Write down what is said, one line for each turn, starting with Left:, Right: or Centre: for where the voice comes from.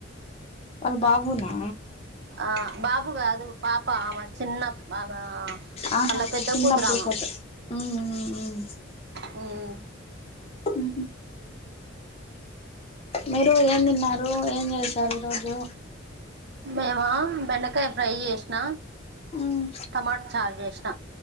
Left: వాళ్ళ బాబున
Right: ఆ బాబుగాదు పాప ఆ చిన్న ఆ
Left: ఆహా
Right: అళ్ళ పెద్ద
Left: చిన్నప్పుడు
Right: కూతురామా
Left: ఫోటో ఉమ్ ఉమ్ ఉమ్
Right: హ్మ్
Left: హ్మ్ హు మీరు ఏం తిన్నారు ఏం చేశారు ఈ రోజు
Right: మేమ బెండకాయ ఫ్రై చేసిన
Left: ఉమ్
Right: టమాటా చారు చేసిన